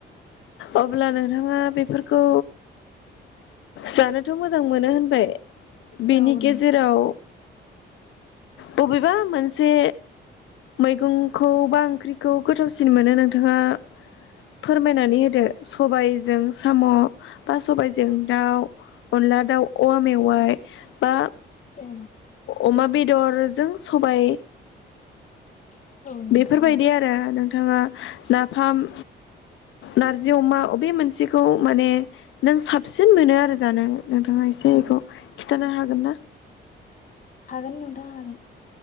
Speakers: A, on the left (about 75°); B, on the left (about 40°).
A: अब्ला नोंथाङा बेफोरखौ जानोथ' मोजां मोनो होनबाय बेनि
B: औ नोंथां
A: गेजेराव बबेबा मोनसे मैगंखौ बा ओंख्रिखौ गोथावसिन मोनो नोंथाङा। फोरमायनानै होदो सबायजों साम' बा सबायजों दाउ अनला दाउ औवा मेवाय बा
B: ए
A: अमा बेदरजों सबाय
B: औ नोंथां
A: बेफोरबायदि आरो नोंथाङा नाफाम नारजि अमा बबे मोनसेखौ माने नों साबसिन मोनो आरो जानो नोंथाङा
B: औ
A: एसे
B: औ
A: बेखौ खिन्थानो
B: औ
A: हागोन ना
B: हागोन नोंथां हागोन।